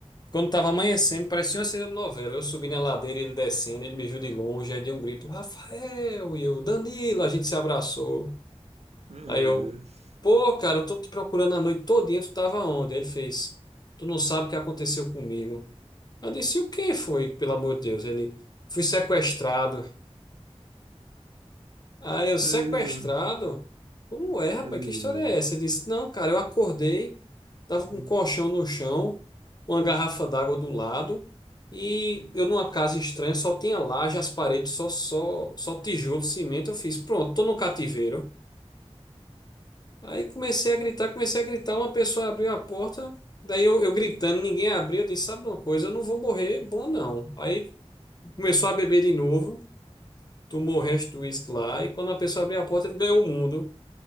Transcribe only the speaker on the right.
Meu
Deus.
Meu Deus.
Meu Deus.
Hum.